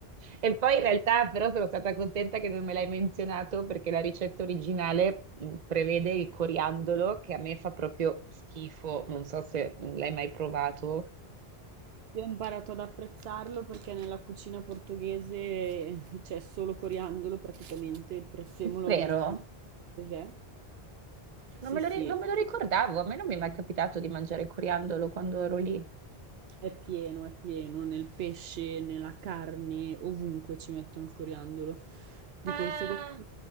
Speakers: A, on the right; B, on the right.
A: E poi in realtà però sono stata contenta che non me l'hai menzionato perché la ricetta originale mh, prevede il coriandolo che a me fa proprio schifo, non so se l'hai mai provato.
B: Io ho imparato ad apprezzarlo perché nella cucina portoghese c'è solo coriandolo praticamente, il prezzemolo
A: Vero?
B: non sa cos'è. Sì,
A: Non me
B: sì,
A: lo, ri- non me lo ricordavo, a me non mi è mai capitato di mangiare coriandolo quando ero lì.
B: È pieno, è pieno, nel pesce, nella carne, ovunque ci mettono il coriandolo. Di
A: Ah,
B: conseguenza